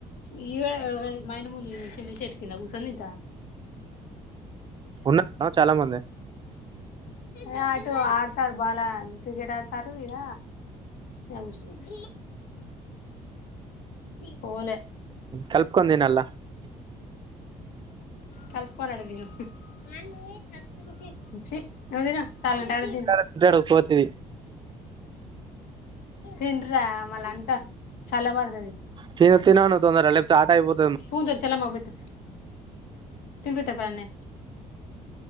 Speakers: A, on the left (about 85°); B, on the right (about 35°).
A: ఈ మా మూల్య చితి కింద కూసోని తింటా
B: ఉన్నా చాలా మంది
A: ఏ ఆటో ఆ టర్ బాలా క్రికెటర్ తరువిద య ఉష్షునుడు పోలే
B: కలుపుకొని తినల్లా
A: కలుపుకోవాలి అని ఉంది గా ఛీ నువ్ తిను సలుగాని టకటక తిను
B: తింటాడు కోతిది
A: తిను రా ఇవ్వాలంత సల్ల వడు
B: తిను తిను అను తొందర లేకపోతే ఆట అయిపోతు
A: పూందొంచల అమ్మ కు పెట్టు తినిప్పిత అడనే